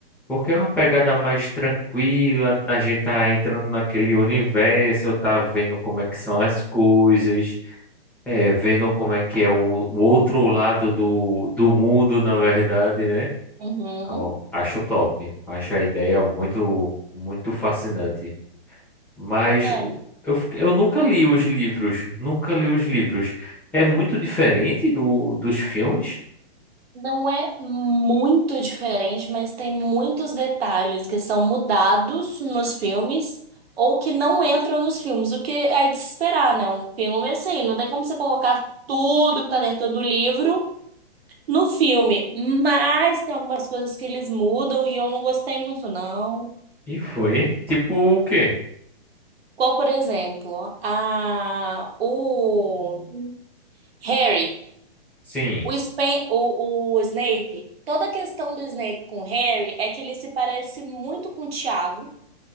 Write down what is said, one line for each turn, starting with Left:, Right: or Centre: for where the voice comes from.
Centre: Porque é uma pegada mais tranquila, a gente tá entrando naquele universo, tá vendo como é que são as coisas, é, vendo como é que é o, o outro lado do, do mundo, na verdade, né?
Right: uhum.
Centre: Ó, acho top, acho a ideia muito, muito fascinante. Mas
Right: É,
Centre: eu, fiquei- eu nunca li os livros, nunca li os livros. É muito diferente do, dos filmes?
Right: Não é muito diferente, mas tem muitos detalhes que são mudados nos filmes ou que não entram nos filmes, o que é de se esperar, né? Um filme assim, não tem como você colocar tudo que tá dentro do livro no filme, mas tem algumas coisas que eles mudam e eu não gostei muito, não.
Centre: E foi, hein? tipo o quê?
Right: Qual, por exemplo, a o Harry.
Centre: Sim.
Right: O, Spen- o, o Snape, toda a questão do Snape com o Harry é que ele se parece muito com o Tiago,